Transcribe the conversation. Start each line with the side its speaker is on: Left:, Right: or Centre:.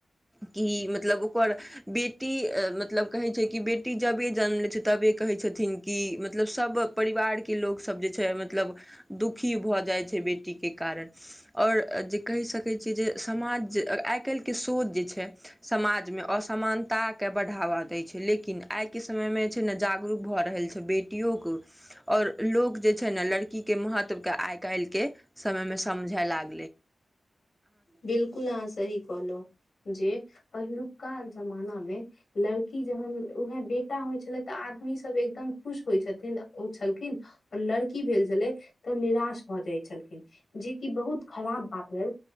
Centre: कि मतलब ओकर बेटी मतलब कहैत छै कि बेटी जखन जन्म लैत छै, तखनहि कहैत छथिन कि मतलब सभ परिवारके लोकसभ जे छै मतलब दुखी भऽ जाइ छै बेटीके कारण आओर जे कहि सकैत छियै जे समाज आइ काल्हिके सोच जे छै समाज मे असमानताक के बढ़ावा दैत छै लेकिन आइ के समय मे जे छै ने जागरूक भऽ रहल छै बेटियो क आ लोक सभ जे छै ने, लड़कीक महत्वके आइ-काल्हिक समयमे समझल लागल अछि।
Left: बिलकुल अहाँ सही कहलो जे पहिलुका जमाना मे लड़की जहन उएहे बेटा होइ छलै तऽ आदमी सब एकदम खुश होइ छथिन ओ छलखिन आ लड़की भेल छलै तऽ निराश भऽ जाइत छलखिन जेकि बहुत खराब बात भेल